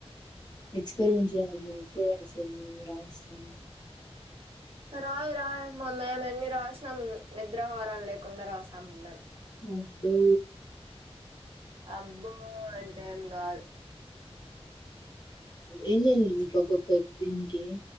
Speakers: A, on the left; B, on the right.
A: ఎక్స్పరిమెన్స్చెయ్యాలి పోయిన సేమ్ వి రాస్తాము.
B: రాయి రాయమ్మా మేము ఎన్ని రాశాం నిద్రాహరాలు లేకుండా రాసాము మేం
A: అబ్బే
B: అబ్బో అంటేం కాదు
A: ఏందండి. మీకు ఒక్కక్క దీనికి